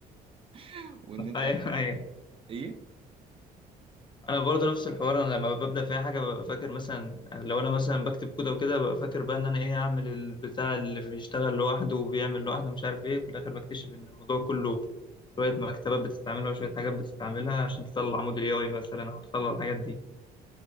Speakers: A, on the right; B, on the left.
A: <laughs> وان انت
B: ايوه ايوه
A: ايه
B: انا برضه نفس الحوار انا لما ببدا في اي حاجه ببقى فاكر مثلا لو انا مثلا بكتب كود وكده ببقى فاكر بقى ان انا ايه هعمل البتاع اللي بيشتغل لوحده وبيعمل لوحده مش عارف ايه وفي الاخر بكتشف ان الموضوع كله شويه مكتبات بتستعملها وشويه حاجات بتستعملها عشان تطلع موديل اي اي مثلا او تطلع الحاجات دي